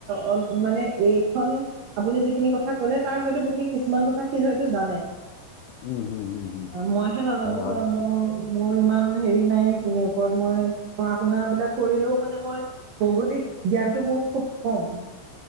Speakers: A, on the right; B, on the left.
A: অ', মানে এইখন আপুনি যিখিনি কথা ক'লে তাৰ হয়তো সি কিছুমান কথা সি হয়তো জানে।
B: উম, উম, উম, উম,
A: মইহে নাজানো
B: হয়, হয়।
A: বা মোৰ মোৰ ইমান হেৰি নাই <unintelligible> ওপৰত মই পঢ়া শুনাবিলাক কৰিলেও মানে মই ভৌগলিক জ্ঞানটো মোৰ খুব কম।